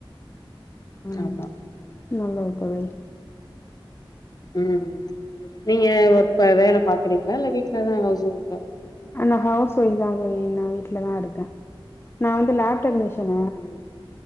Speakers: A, on the left (about 25°); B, on the left (about 45°).
A: உம்
B: ஆமா
A: நல்லது தோழி
B: ம் நீங்க ஒருப்ப வேல பாக்குறீங்களா இல்ல வீட்லதா ஹவுஸ் ஒய்ஃபா
A: அ நா ஹவுஸ் ஒய்ஃப்தா தோழி நான் வீட்லதா இருக்கே நா வந்து லேப் டெக்னீஷியனு
B: ம் ம்